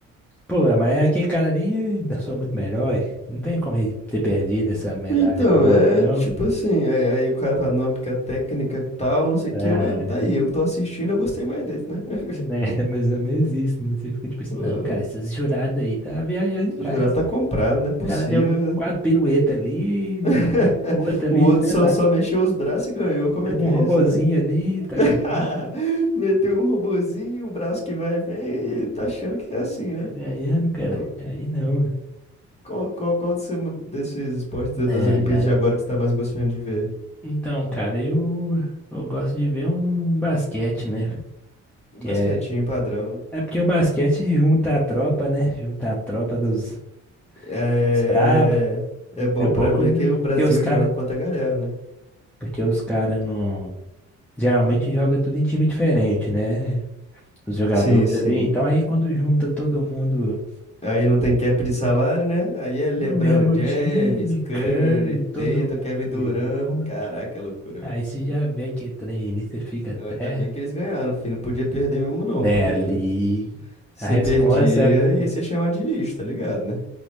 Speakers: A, in the centre; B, on the left (about 20°).
A: pô, mas é aquele cara ali dançou muito melhor, e não tem como ele ter perdido essa medalha
B: Então,
A: pro outro,
B: é
A: não.
B: tipo assim, aí, aí o cara fala, não, porque a técnica que tal, não sei o
A: É,
B: que, ué, daí,
A: né,
B: eu que tô assistindo, eu gostei mais desse, né?
A: <laughs> mais
B: <laughs>
A: ou menos isso, né? Você fica tipo assim,
B: Pô,
A: não, cara, esses jurados aí tá viajando
B: se
A: demais.
B: jurar tá comprado, não é possível.
A: O cara deu quatro piruetas ali,
B: <laughs>
A: e outra ali
B: O outro
A: não fez
B: só,
A: nada.
B: só mexeu os braços e ganhou, como
A: Fez
B: é que
A: um
B: é
A: robozinho
B: isso, né?
A: ali,
B: <laughs>
A: tá ganhando,
B: Meteu um robozinho, um braço que vai e vem, e tá achando que é assim,
A: tá
B: né?
A: ganhando, cara.
B: Pô,
A: Aí não.
B: qual, qual, qual desse- desses esportes da-
A: É,
B: das Olimpíadas
A: né,
B: de
A: pô.
B: agora que você tá mais gostando de ver?
A: Então, cara, eu, eu gosto de ver um basquete, né?
B: Um
A: Que
B: basquetinho
A: é,
B: padrão, né?
A: é porque o basquete junta a tropa, né? Junta a tropa dos,
B: É,
A: dos brabos.
B: é bom
A: É bom
B: pra
A: quando
B: ver que o Brasil
A: porque os cara,
B: joga contra a galera, né?
A: porque os cara não geralmente joga tudo em time diferente, né? Os jogadores
B: Sim, sim.
A: ali, então aí quando junta todo mundo
B: Aí não tem cap de salário, né? Aí é LeBron
A: no mesmo
B: James,
A: time,
B: Curry,
A: Curry, todo
B: Tatum,
A: mundo
B: Kevin Durant.
A: junto.
B: Caraca, é loucura mesmo.
A: Aí você já vê que trem ali, você fica
B: Não,
A: até,
B: Ainda bem que eles ganharam, filho. Não podia perder mesmo, não,
A: né,
B: porque
A: ali.
B: se
A: A resposta,
B: perdia
A: né?
B: ia ser chamado de lixo, tá ligado, né?